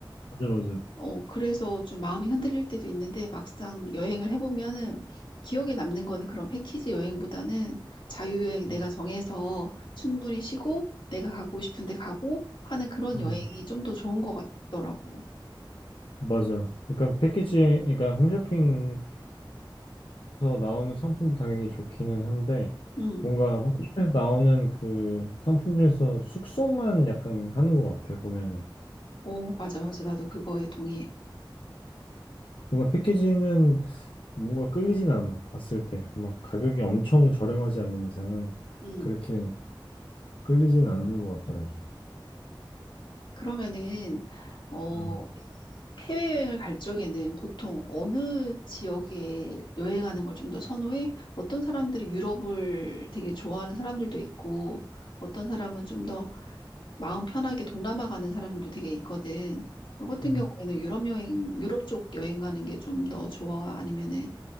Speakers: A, on the left (about 85°); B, on the left (about 65°).
A: 맞아 맞아.
B: 어, 그래서 좀 마음이 흔들릴 때도 있는데 막상 여행을 해보면은 기억에 남는 거는 그런 패키지 여행보다는 자유여행 내가
A: 음,
B: 정해서 충분히 쉬고 내가 가고 싶은데 가고 하는 그런
A: 음.
B: 여행이 좀 더 좋은 것 같더라고.
A: 맞아. 약간 패키지, 그러니까 홈쇼핑에서 나오는 상품도 당연히 좋기는 한데,
B: 응,
A: 뭔가 홈쇼핑에서 나오는 그 상품 중에서 숙소만 약간 하는 것 같아, 보면은.
B: 오, 맞아, 맞아. 나도 그거에 동의해.
A: 뭔가 패키지는 뭔가 끌리진 않아, 봤을 때. 막 가격이 엄청 저렴하지 않는 이상은
B: 응.
A: 그렇게 끌리진 않는 것 같더라고.
B: 그러면은, 어,
A: 음.
B: 해외여행을 갈 적에는 보통 어느 지역에 여행하는 걸 좀 더 선호해? 어떤 사람들이 유럽을 되게 좋아하는 사람들도 있고, 어떤 사람은 좀 더 마음 편하게 동남아 가는 사람들도 되게 있거든. 너 같은
A: 음.
B: 경우에는 유럽 여행, 유럽 쪽 여행 가는 게 좀 더 좋아? 아니면은